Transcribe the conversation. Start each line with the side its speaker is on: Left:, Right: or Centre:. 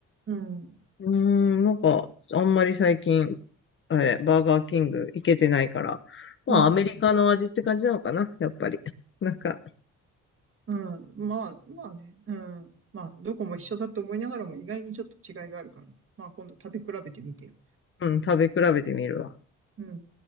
Right: うん。
Left: うーん、なんか、あんまり最近、あれ、バーガーキング行けてないから、まあ、
Right: うん。
Left: アメリカの味って感じなのかな、やっぱり。なんか、
Right: うん。まあ、まあね。うん。まあ、どこも一緒だと思いながらも意外にちょっと違いがあるからね。まあ、今度食べ比べてみてよ。
Left: うん、食べ比べてみるわ。
Right: うん。